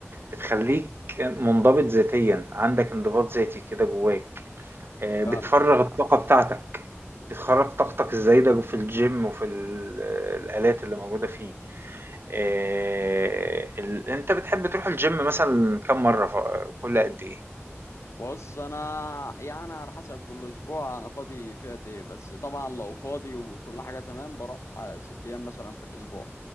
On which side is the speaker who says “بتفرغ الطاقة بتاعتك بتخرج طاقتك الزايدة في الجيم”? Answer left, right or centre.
Right